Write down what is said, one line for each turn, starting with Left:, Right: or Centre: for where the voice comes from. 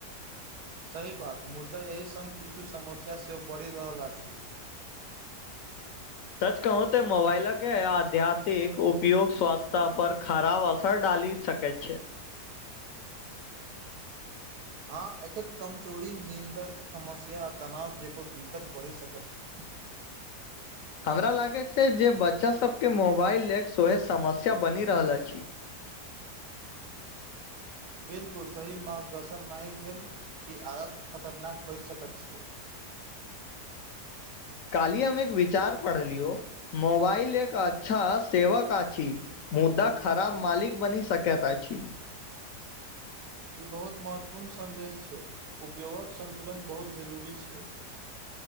Right: सही बात मुद्दा एहि संग किछु समस्या सेहो बढ़ि रहल अछ
Left: सच कहू ते मोबाइलके आध्यात्मिक उपयोग स्वास्थ्य आ पर खराब असर डाल सक छ ह
Right: हँ एक कमजोरी नीन्दक समस्या आ तनाव जेकर दिक्कत बढ़ि सकैत छै
Left: हमरा लागे छै जे बच्चा सबके मोबाइल ले सोहे समस्या बनि रहल अछ
Right: बिलकुल सही मार्गदर्शन नहि भेल ई आदत खतरनाक भऽ सकैत छ
Left: काली हम एक विचार पढ़लियो मोबाइल एक अच्छा सेवक आछ मुद्दा खराब मालिक बनी सकैत छ
Right: बहुत महत्वपूर्ण सन्देश छै उपयोगक सन्तुलन बहुत जरूरी छ